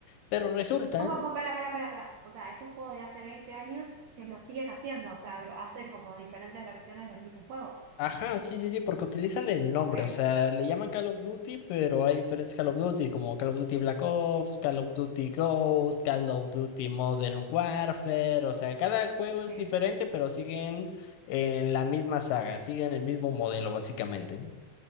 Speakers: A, on the left; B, on the right.
A: Pero resulta,
B: ¿Cómo que para, para, para, para? O sea, es un juego de hace 20 años que lo siguen haciendo. O sea, hacen como diferentes versiones del mismo juego.
A: ajá, sí, sí, sí, porque utilizan el nombre,
B: Ok,
A: o sea, le llaman Call of Duty, pero hay diferentes Call of Duty, como Call of Duty Black Ops, Call of Duty Ghost, Call of Duty Modern Warfare, o sea, cada juego es
B: sí.
A: diferente, pero siguen en la misma saga, siguen el mismo modelo, básicamente.